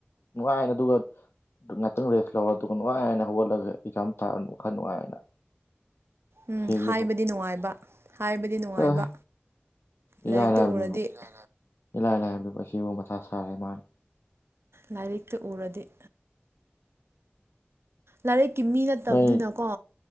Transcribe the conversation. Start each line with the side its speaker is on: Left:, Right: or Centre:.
Left: ꯅꯨꯡꯉꯥꯏꯅ ꯑꯗꯨꯒ ꯉꯥꯇꯪ ꯔꯦꯁ ꯂꯧꯔ‌ꯣ ꯑꯗꯨꯒ ꯅꯨꯡꯉꯥꯏꯅ ꯍꯧꯒꯠꯂꯒ ꯑꯦꯖꯥꯝ ꯊꯥꯔꯨ ꯋꯥꯈꯜ ꯅꯨꯡꯉꯥꯏꯅ
Right: ꯎꯝ
Left: ꯁꯤꯒꯤꯕꯨ
Right: ꯍꯥꯏꯕꯗꯤ ꯅꯨꯡꯉꯥꯏꯕ ꯍꯥꯏꯕꯗꯤ ꯅꯨꯡꯉꯥꯏꯕ
Left: ꯆꯠꯂꯣꯍꯦ ꯏꯔꯥꯏ
Right: ꯂꯥꯏꯔꯤꯛꯇꯨ
Left: ꯂꯥꯏꯕꯗꯨꯕꯨ
Right: ꯎꯔꯗꯤ <unintelligible>
Left: ꯏꯂꯥꯏ ꯂꯥꯏꯕꯗꯨꯕꯨ ꯑꯁꯤꯕꯨ ꯃꯊꯥ ꯁꯥꯔꯤ ꯃꯥꯟ
Right: ꯂꯥꯏꯔꯤꯛꯇꯨ ꯎꯔꯗꯤ ꯂꯥꯏꯔꯤꯛꯀꯤ ꯃꯤ ꯅꯠꯇꯞꯗꯤꯅꯀꯣ
Left: ꯅꯣꯏ